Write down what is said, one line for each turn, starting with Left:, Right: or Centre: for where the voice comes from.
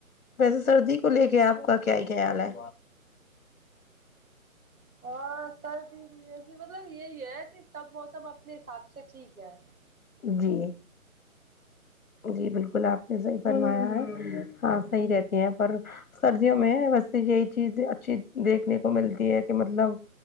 Left: ویسے سردی کو لے کے آپ کا کیا ہی خیال ہے
Right: ہاں سردی بھی ایی مطلب یہی ہے کہ سب موسم اپنے حساب سے ٹھیک ہے
Left: جی جی بالکل آپ نے صحیح فرمایا ہے ہاں
Right: جی
Left: صحیح رہتی ہیں پر سردیوں میں ویسے یہی چیز اچھی دیکھنے کو ملتی ہے کہ مطلب